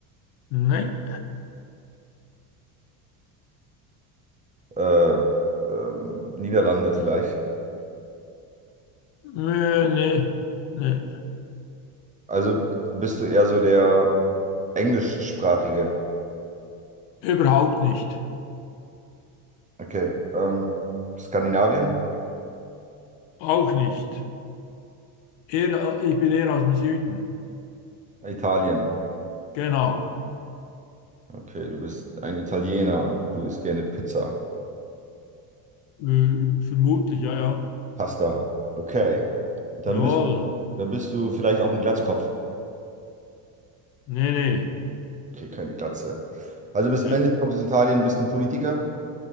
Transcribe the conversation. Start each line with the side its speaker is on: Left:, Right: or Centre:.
Left: nein.
Right: Äh, ähm, Niederlande vielleicht?
Left: Nee, nee, nee.
Right: Also bist du eher so der englischsprachige?
Left: Überhaupt nicht.
Right: Okay, ähm, Skandinavien?
Left: Auch nicht. Eher, ich bin eher aus dem Süden.
Right: Italien.
Left: Genau.
Right: Okay, du bist ein Italiener. Du isst gerne Pizza,
Left: Äh, vermutlich, ja, ja.
Right: Pasta. Okay, dann
Left: Jawohl.
Right: bist, dann bist du vielleicht auch ein Glatzkopf.
Left: Nee, nee.
Right: Okay, keine Glatze. Also bist
Left: Nee.
Right: männlich, kommst aus Italien, bist ein Politiker,